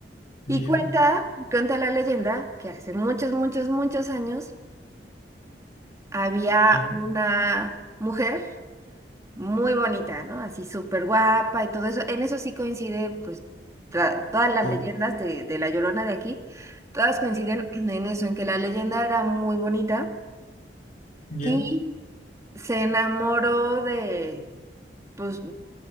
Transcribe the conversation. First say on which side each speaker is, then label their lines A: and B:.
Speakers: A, on the right; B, on the left.
A: Y
B: ya,
A: cuenta, cuenta la leyenda que hace muchos, muchos, muchos años había
B: ya,
A: una mujer muy bonita, ¿no? Así súper guapa y todo eso. En eso sí coincide, pues, tra- todas las
B: todo,
A: leyendas de, de la Llorona de aquí, todas coinciden <clears throat> en eso, en que la leyenda era muy bonita
B: ya,
A: Y se enamoró de, pues,